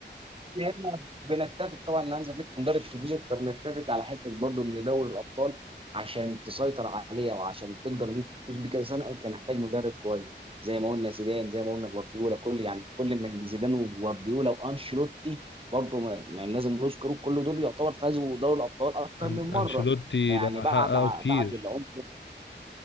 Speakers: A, on the right; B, on the left.
A: هنا بنتفق طبعا ان هانز فليك مدرب كبير فبنتفق على حته برضه ان دوري الابطال عشان تسيطر عليه وعشان تقدر ان انت تفوز بيه كذا سنه انت محتاج مدرب كويس زي ما قلنا زيدان زي ما قلنا جوارديولا كل يعني كل ما زيدان وجوارديولا وانشيلوتي برضه ما ما لازم نذكره كل دول يعتبر فازوا دوري الابطال اكتر
B: أن...
A: من مره
B: أنشيلوتي
A: فيعني
B: ده
A: بعد
B: حققه
A: ع-
B: كتير
A: بعد العمر